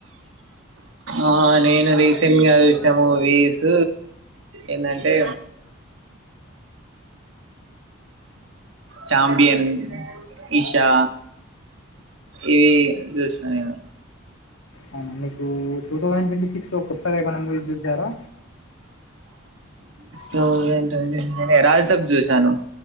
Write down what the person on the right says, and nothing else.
ఆ నేను రీసెంట్ గా చూసిన మూవీస్ ఏంటంటే ఛాంపియన్ ఈషా ఇవి చూసిన నేను
తౌజండ్ ట్వంటీ సిక్స్ అంటే రాజసబ్ చూసాను